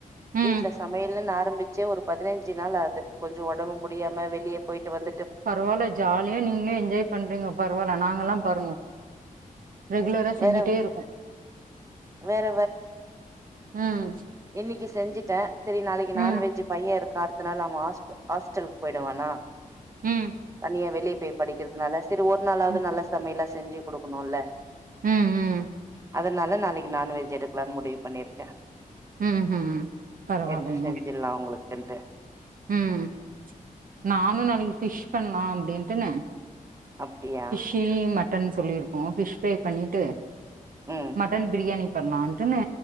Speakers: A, on the right (about 75°); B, on the right (about 20°).
A: ம்
B: வீட்ல சமையல்ன்னு ஆரம்பிச்சே ஒரு பதினஞ்சு நாள் ஆது கொஞ்சோ ஒடம்பு முடியாம வெளிய போயிட்டு வந்து
A: பரவால ஜாலியா நீங்ளே என்ஜாய் பண்றீங்க பரவால நாங்கல்லா பாருங்கோ ரெகுலரா செஞ்சிட்டே
B: வேற
A: இருக்கோ
B: வேற
A: ம்
B: இன்னிக்கி செஞ்சுட்டே சரி நாளைக்கு
A: ம்
B: நான்வெஜ்ஜு பைய இருக்கா அடுத்த நாள் அவ ஹாஸ்ப் ஹாஸ்டல்க்கு போயிடுவானா
A: ம்
B: னியா வெளிய போய் படிக்கிறதுனால சரி ஒரு நாளாவது
A: ம்
B: நல்ல சமையலா செஞ்சி குடுக்கனுல்ல
A: ம்
B: அதனால நாளைக்கு நான்வெஜ் எடுக்கலான் முடிவு பண்ணிருக்கே
A: ம் ம்ஹும் பரவால்லைங்க
B: எட்த்து செஞ்சில்லா அவுங்ளுக்குன்ட்டு
A: ம் நானு நாளைக்கு ஃபிஷ் பண்லா அப்டின்ட்டுனு
B: அப்டியா
A: கீழ் மட்டன் சொல்லிருக்கோ பிஷ் ஃப்ரை பண்ணிட்டு
B: ம்
A: மட்டன் பிரியாணி பண்லான்ட்டுன்னு